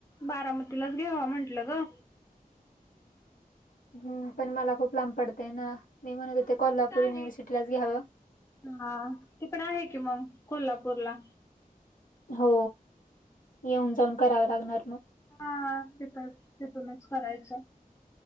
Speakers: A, on the left (about 20°); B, on the left (about 65°).
A: बारामतीलाच घेवाव म्हंटलं ग.
B: हम. पण मला खूप लांब पडतेंय ना, मी म्हणत होते कोल्हापूर
A: मग तिथं आहे
B: युनिव्हर्सिटी लाच घ्यावं.
A: हा तिकडे आहे की, मग कोल्हापूरला.
B: हो येऊन जाऊन करावं लागणार मग.
A: हा तिथच तेथूनच करायचं.